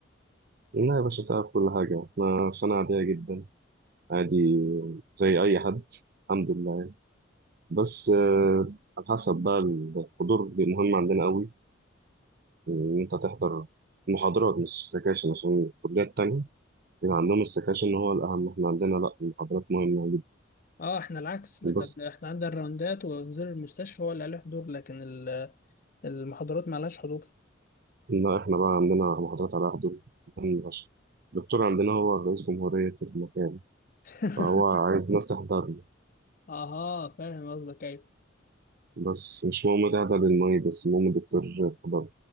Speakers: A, on the right; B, on the left.
A: لا يا باشا تعرف كل حاجه انا سنه عاديه جدا عادي زي اي حد الحمد لله بس آه، على حسب بقى الحضور مهم عندنا قوي إن أنت تحضر محاضرات مش سكاشن عشان الكليات التانية بيبقى عندهم السكاشن هو الأهم إحنا عندنا لأ المحاضرات مهمة جدا
B: اه احنا العكس احنا
A: بس
B: بن... احنا عندنا الراوندات ونزور المستشفى ولا عليه حضور لكن ال- المحاضرات ما لهاش حضور
A: إن إحنا بقى عندنا محاضرات على حضور مهم فشخ الدكتور عندنا هو رئيس جمهورية المكان
B: <laughs>
A: فهو عايز ناس تحضر له
B: اها فاهم قصدك ايوه
A: بس مش مهم تحضر المعيد بس المهم الدكتور تحضر